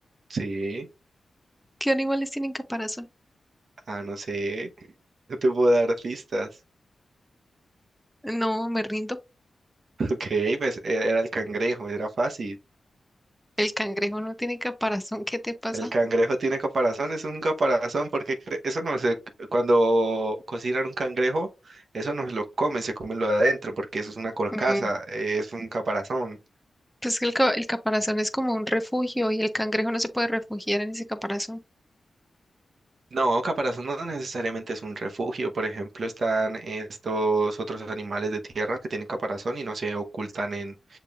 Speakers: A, on the right; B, in the centre.
A: Sí.
B: ¿Qué animales tienen caparazón?
A: Ah, no sé. No te puedo dar pistas.
B: No, me rindo.
A: <laughs> Ok, pues, e- era el cangrejo, era fácil.
B: El cangrejo no tiene caparazón. ¿Qué te pasa?
A: El cangrejo tiene caparazón, es un caparazón, porque cre- eso no se, cuando cocinan un cangrejo, eso no se lo comen, se comen lo de adentro, porque eso es una carcasa,
B: Mm,
A: eh, es un caparazón.
B: Pues que el, ca- el caparazón es como un refugio y el cangrejo no se puede refugiar en ese caparazón.
A: No, caparazón no necesariamente es un refugio, por ejemplo, están estos otros animales de tierra que tienen caparazón y no se ocultan en,